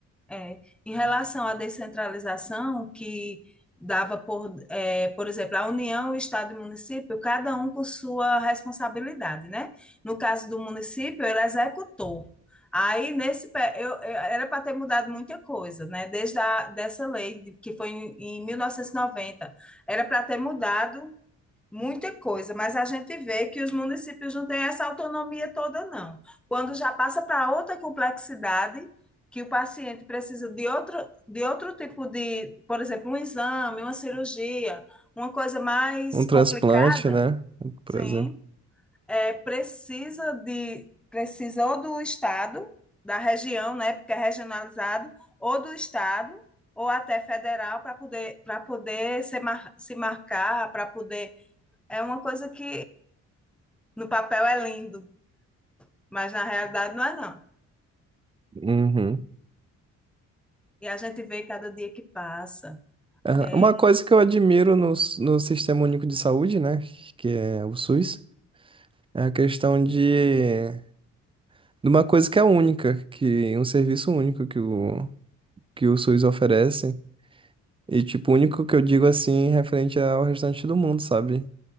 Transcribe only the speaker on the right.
Um
transplante, né? Por
exemplo.
Uhum.
Aham.
Uma coisa que eu admiro no, s- no Sistema Único de Saúde, né? Que é o SUS, é a questão de de uma coisa que é única, que um serviço único que o, que o SUS oferece. E, tipo, único que eu digo assim, referente ao restante do mundo, sabe?